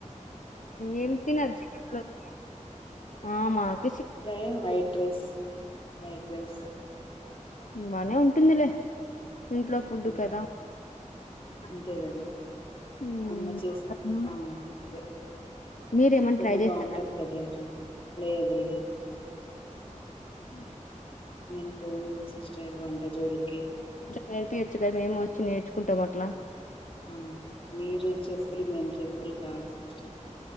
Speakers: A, on the left (about 75°); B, on the left (about 45°).
A: ఏం తిన్నారు చికెన్ లోకి ఆ మాక్
B: ప్రైన్ వైట్ రైస్ వైట్ రైస్
A: బనే ఉంటుందిలే ఇంట్లో ఫుడ్
B: హ్మ్
A: కదా
B: అంతే కదా
A: మ్మ్
B: అమ్మ చేసి ఆ అదే
A: మీరేమన్నా
B: ఫుడ్
A: ట్రై చేస్తారా
B: బాగుంటది కదా ఇంట్లో లేదు లేదు
A: ఉ
B: నేను పోను సిస్టర్ వంటజోలికి
A: నేర్పీయొచ్చు కదా మేము వచ్చి నేర్చుకుంటాం అట్లా
B: అవున మీరు చెప్పులు మేము చెప్పులు కాదు సిస్టం